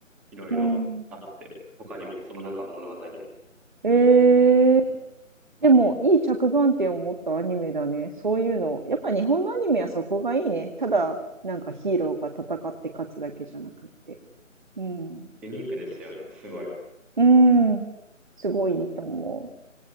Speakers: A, in the centre; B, on the right.
A: いろいろあって、
B: も
A: 他にもその中の物語で。
B: うええでも、いい着眼点を持ったアニメだね。そういうの。やっぱ日本のアニメはそこがいいね。ただ、なんかヒーローが戦って勝つだけじゃなくって。うん。
A: ユニークですよね、すごい。
B: うん。すごいいいと思う。